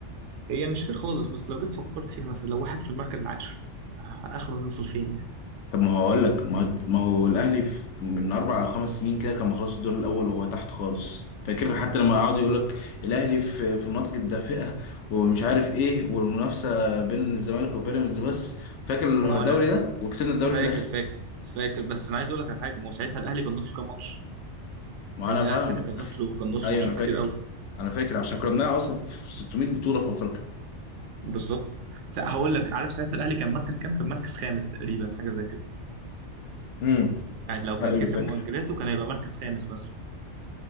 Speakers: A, on the right; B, on the left.
A: هي مش فير خالص بس لو جيت فكرت فيها مثلا لو واحد في المركز العاشر آه اخره هيوصل فين يعني
B: طب ما هقول لك ما هو ما هو الاهلي في- من اربع او خمس سنين كده كان مخلص الدور الاول وهو تحت خالص فاكر حتى لما قعدوا يقول لك الاهلي في في المناطق الدافئه ومش عارف ايه والمنافسه بين الزمالك وبيراميدز بس فاكر
A: ما
B: الدوري
A: هو انا
B: ده وكسبنا الدوري
A: فاكر
B: في الاخر
A: فاكر فاكر بس انا عايز اقول لك على حاجه ما هو ساعتها الاهلي كان ناقص له كام ماتش
B: ما
A: يا
B: انا
A: ابني
B: فاهمك
A: الاهلي ساعتها كان ناقص له كان ناقص
B: ايوه
A: له ماتشات
B: انا فاكر
A: كتير قوي
B: انا فاكر عشان كنا بنلعب اصلا في 600 بطوله في افريقيا
A: بالظبط سا- هقول لك عارف ساعتها الاهلي كان مركز كام كان مركز خامس تقريبا حاجه زي كده
B: امم
A: يعني لو كان
B: ايوه
A: كسب
B: فاكر
A: مؤجلاته كان هيبقى مركز خامس مثلا